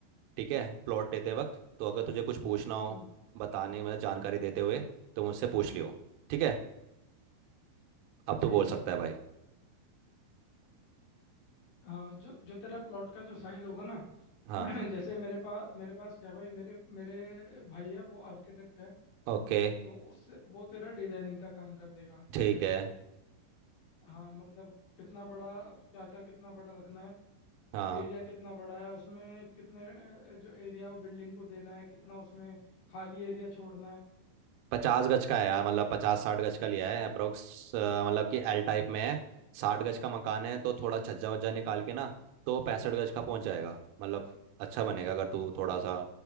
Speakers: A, on the right; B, on the left.
A: ठीक है प्लॉट लेते वक्त तो अगर तुझे कुछ पूछना हो
B: हम्म
A: बताने मतलब जानकारी देते हुए तो मुझसे पूछ लियो ठीक है अब तू
B: ठीक
A: बोल
B: है
A: सकता है भाई
B: हाँ जो जो तेरा प्लॉट का जो साइज होगा ना
A: हाँ
B: <clears throat> जैसे मेरे पास मेरे पास क्या भाई मेरे मेरे भाई है वो आर्किटेक्ट है
A: ओके
B: तो उससे वो तेरा डिजाइनिंग का काम कर देगा ठीक
A: ठीक
B: है
A: है
B: हाँ मतलब कितना बड़ा क्या क्या कितना बड़ा रखना है
A: हाँ
B: एरिया कितना बड़ा है उसमें कितने अ, जो एरिया वो बिल्डिंग को देना है कितना उसमें खाली एरिया छोड़ना है
A: पचास गज का है यार मतलब पचास साठ गज का लिया है अप्रोक्स मतलब कि एल टाइप में है साठ गज का मकान है तो थोड़ा छज्जा वज्जा निकाल के ना तो पैंसठ गज का पहुंच जाएगा मतलब अच्छा बनेगा अगर तू थोड़ा सा